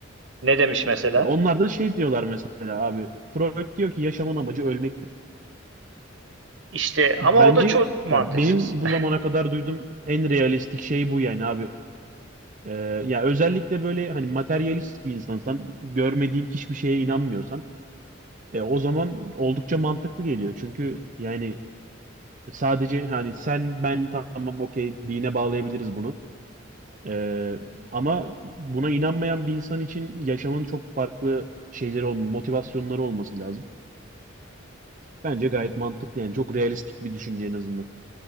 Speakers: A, on the right; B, on the right.
A: ne demiş mesela?
B: Ya Onlar da şey diyorlar mesela abi. Freud diyor ki yaşamın amacı ölmektir.
A: İşte ama
B: Bence
A: o da çok mantıksız.
B: ya benim
A: <laughs>
B: bu zamana kadar duyduğum en realistik şey bu yani abi. Ee, ya özellikle böyle hani materyalist bir insansan, görmediğin hiçbir şeye inanmıyorsan, e, o zaman oldukça mantıklı geliyor. Çünkü yani sadece hani sen ben tamam okey dine bağlayabiliriz bunu. Ee, ama buna inanmayan bir insan için yaşamın çok farklı şeyleri olm motivasyonları olması lazım. Bence gayet mantıklı yani çok realistik bir düşünce en azından.